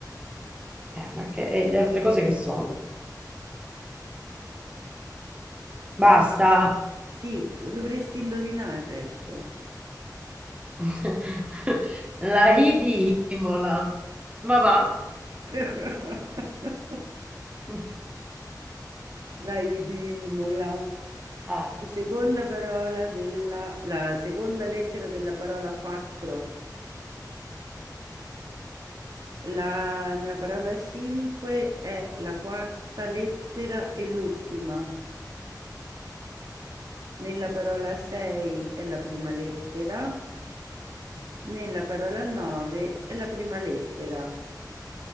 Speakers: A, on the right; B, on the right.
A: Eh, ma che e le altre cose che sono? Basta.
B: Lo- sì, lo dovresti indovinare il resto.
A: <laughs> La I di Imola. Ma va.
B: <laughs>
A: <laughs>
B: La I di Imola.
A: Eh,
B: Seconda parola della, la seconda lettera della parola 4. La, nella parola 5 è la quarta lettera e l'ultima. Nella parola 6 è la prima lettera. Nella parola 9 è la prima lettera.